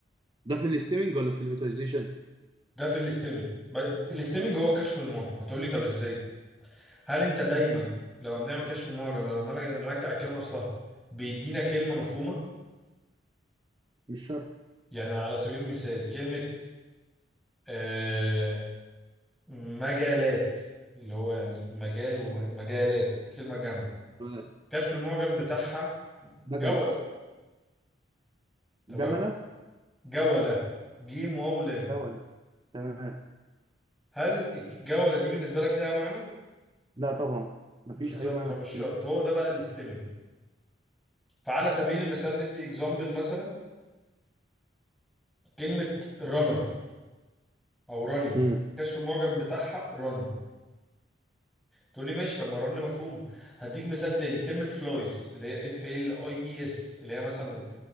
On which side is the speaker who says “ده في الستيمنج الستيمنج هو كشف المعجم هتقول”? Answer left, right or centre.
Centre